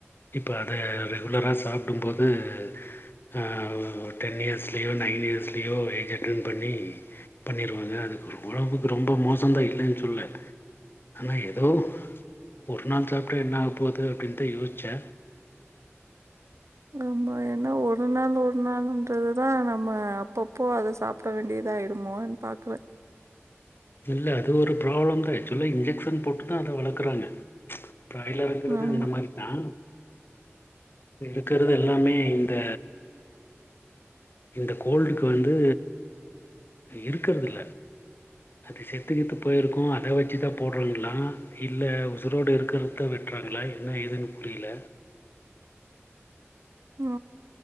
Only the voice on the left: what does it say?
இப்போ அத ரெகுலரா சாப்டும் போது ஹ டென் இயர்ஸ்லயோ நைன் இயர்ஸ்லயோ ஏஜ் அட்டன் பண்ணி பண்ணிருவாங்க அதுக்கு ஒடம்புக்கு ரொம்ப மோசோ தா இல்லன்னு சொல்ல ஆனா எதோ ஒரு நாள் சாப்பிட்டா என்ன ஆக போது அப்டின்னுதான் யோசிச்சேன்
இல்ல அது ஒரு ப்ராப்ளம் தான் ஆச்சுவல்ல இன்ஜெக்க்ஷன் போட்டுதான் அத வளக்குறாங்க பாய்லர் இருக்கறது
அந்த மாரி தான் இருக்கிறது எல்லாமே இந்த இந்த கோல்டுக்கு வந்து இருக்கறதுல அது செத்துக்கித்து போயிருக்கோ அதை வச்சுதான் போடுறாங்களா இல்ல உசுரோடு இருக்கரத வெட்டுறாங்களா என்ன ஏதுன்னு புரியல